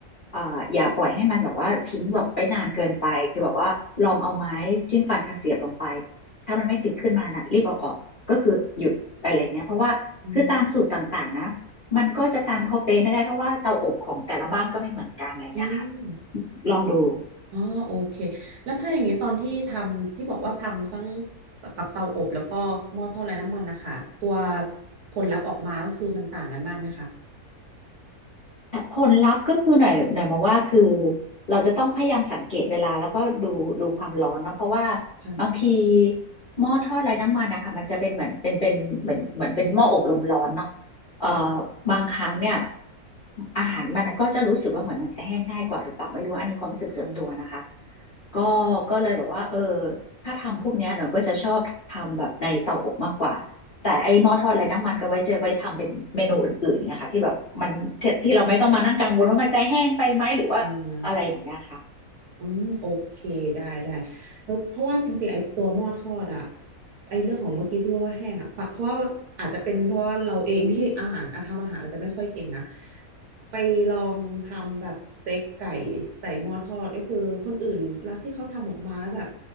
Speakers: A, on the left (about 40°); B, on the right (about 80°).
A: อ่าอย่าปล่อยให้มันแบบว่าทิ้งแบบไปนานเกินไปคือแบบว่าลองเอาไม้จิ้มฟันค่ะเสียบลงไปถ้ามันไม่ติดขึ้นมาน่ะรีบเอาออก ก็คือหยุดไปอะไรเงี้ยเพราะว่าคือตามสูตรต่างๆนะ
B: อืม
A: มันก็จะตามเขาเป๊ะไม่ได้เพราะว่าเตาอบของแต่ละบ้านก็ไม่เหมือนกันอะไรเงี้ยค่ะ
B: อืม
A: ลองดู
B: อ๋อโอเคแล้วถ้าอย่างนี้ตอนที่ทำที่บอกว่าทำทั้งกับเตาอบแล้วก็หม้อทอดไร้น้ำมันนะคะตัวผลลัพธ์ออกมาก็คือมันต่างกันมากไหมคะ
A: ผลลัพธ์ก็คือหน่อยหน่อยมองว่าคือเราจะต้องพยายามสังเกตเวลาแล้วก็ดูดูความร้อนนะเพราะว่า
B: ค่ะ
A: บางทีหม้อทอดไร้น้ำมันนะคะมันจะเป็นเหมือนเป็นเป็นเหมือนเหมือนเป็นหม้ออบลมร้อนเนาะเอ่อ
B: ค่ะ
A: บางครั้งเนี่ยอาหารมันก็จะรู้สึกว่าเหมือนมันจะแห้งง่ายกว่าหรือเปล่าไม่รู้อันนี้ความรู้สึกส่วนตัวนะคะ
B: อ๋อ
A: ก็ก็เลยแบบว่าเออถ้าทำพวกเนี้ยหน่อยก็จะชอบทำแบบในเตาอบมากกว่า แต่ไอ้หม้อทอดไร้น้ำมันก็ไว้เจอไว้ทำเป็นเมนูอื่นๆนะคะที่แบบมันที่เราไม่ต้องมานั่งกังวลว่ามันจะแห้งไปไหมหรือว่าอะไรอย่างเงี้ยค่ะ
B: อ่า อืมโอเคได้ได้แล้วเพราะว่าจริงๆไอ้ตัวหม้อทอดอ่ะไอ้เรื่องของเมื่อกี้ที่ว่าว่าแห้งอ่ะปะเพราะว่าอาจจะเป็นเพราะเราเองที่อาหารอ่ะทำอาหารอาจจะไม่ค่อยเก่งนะไปลองทำแบบสเต็กไก่ใส่หม้อทอดก็คือคนอื่นรัลที่เขาทำออกมาแล้วแบบ